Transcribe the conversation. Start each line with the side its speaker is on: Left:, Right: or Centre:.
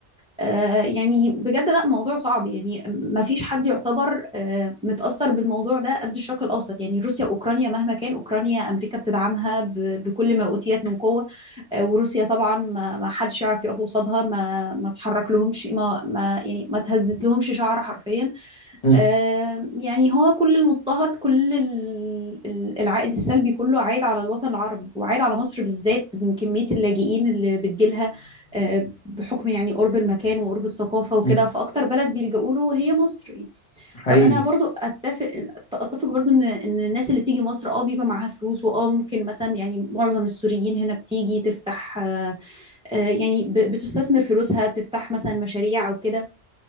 Centre: آه، يعني بجد لا موضوع صعب يعني ما فيش حد يعتبر آه، متأثر بالموضوع ده قد الشرق الأوسط يعني روسيا وأوكرانيا مهما كان أوكرانيا أمريكا بتدعمها ب- بكل ما أوتيت من قوة آه، وروسيا طبعا ما ما حدش يعرف يقف قصادها ما ما تحرك لهمش ما ما يعني ما تهزت لهمش شعر حرفيا
Left: مم.
Centre: آه، يعني هو كل المضطهد كل ال- ال- العائد السلبي كله عايد على الوطن العربي وعايد على مصر بالذات من كمية اللاجئين اللي بتجيلها آه، بحكم يعني قرب المكان وقرب الثقافة وكده
Left: مم.
Centre: فأكتر بلد بيلجأوا له هي مصر يعني.
Left: حقيقي
Centre: آه، أنا برضو أتفق أتفق برضو إن إن الناس اللي تيجي مصر أه بيبقى معاها فلوس وأه ممكن مثلا يعني معظم السوريين هنا بتيجي تفتح آه، آه، يعني ب- بتستثمر فلوسها تفتح مثلا مشاريع أو كده